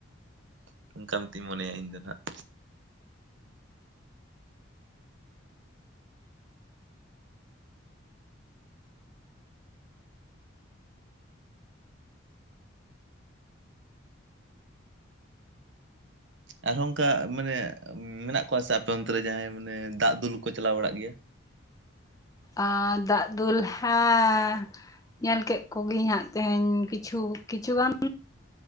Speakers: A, on the right; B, on the left.
A: ᱾ ᱩᱝᱠᱟ ᱢᱮᱛᱤᱧ ᱢᱚᱱᱮᱭᱟ ᱤᱧ ᱫᱚ ᱱᱟᱦᱟᱜ ᱟᱨᱦᱚᱸ ᱚᱱᱠᱟ ᱢᱟᱱᱮ ᱢᱮᱱᱟᱜ ᱠᱚᱣᱟ ᱥᱮ ᱟᱯᱮ ᱚᱱᱛᱮ ᱨᱮ ᱡᱟᱦᱟᱸᱭ ᱢᱟᱱᱮ ᱫᱟᱜ ᱫᱩᱞ ᱠᱚ ᱪᱟᱞᱟᱣ ᱵᱟᱲᱟᱜ ᱜᱮᱭᱟ ᱾
B: ᱟ ᱫᱟᱜ ᱫᱩᱞ ᱦᱮᱸ ᱧᱮᱞ ᱠᱮᱜ ᱠᱚᱜᱤᱧ ᱦᱟᱸᱜ ᱛᱮᱦᱮᱱ ᱠᱤᱪᱷᱩ ᱠᱤᱪᱷᱩ ᱜᱟᱱ ᱾